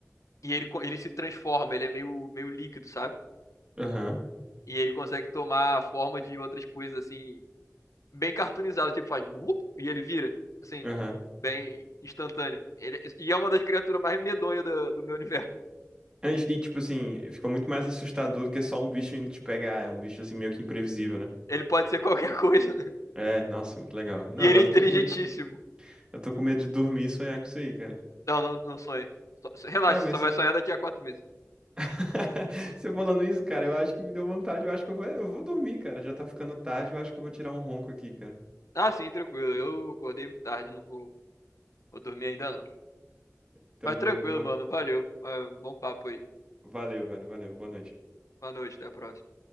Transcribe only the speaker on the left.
e ele, co- ele se transforma, ele é meio meio líquido, sabe?
E ele consegue tomar a forma de outras coisas assim bem cartoonizado, tipo, faz vup, e ele vira, assim,
bem instantâneo. Ele- e é uma das criaturas mais medonhas do, do meu universo.
Ele pode ser qualquer <laughs> coisa.
E
ele é inteligentíssimo.
Não, não, não sonhe. Relaxa,
você só vai sonhar daqui a quatro meses.
Ah, sim, tranquilo. Eu acordei muito tarde, não vou, vou dormir ainda não.
Mas
tranquilo,
mano. Valeu. Ah, Bom papo aí.
Boa noite, até a próxima.